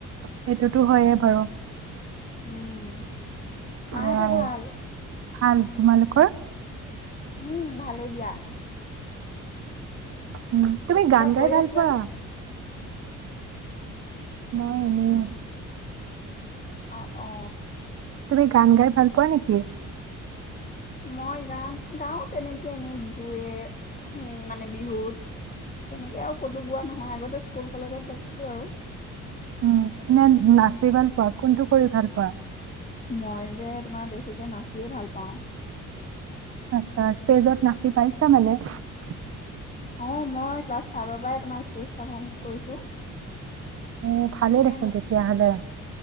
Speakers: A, on the right (about 50°); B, on the left (about 25°).
A: সেইটোতো হয়ে বাৰু
B: উম মাহঁতো
A: সেয়াই
B: ভাল
A: ভাল তোমালোকৰ
B: উম ভালেই দিয়া
A: উম তুমি
B: কিবা
A: গান
B: কৰি
A: গাই ভাল
B: আছিলা
A: পোৱা
B: নে?
A: মই এনেই
B: আহ অ
A: তুমি গান গাই ভাল পোৱা নেকি
B: মই গান গাওঁ তেনেকে এনেই বিহুৱে মানে বিহুত তেনেকে আৰু ক'তো গোৱা নহয় আগতে স্কুল কলেজত গাইছিলোঁ আৰু
A: উম নে নাচি ভাল পোৱা কোনটো কৰি ভাল পোৱা
B: মই যে তোমাৰ বেছিকে নাচিয়েই ভাল পাওঁ
A: আচ্ছা তেজত নাচি পাইছা মলে <unintelligible>
B: অ মই ক্লাছ ফাইভৰ পৰাই তমাৰ ষ্টেজ পাৰ কৰিছো
A: অ ভালেই
B: মানে
A: দেখোন তেতিয়াহলে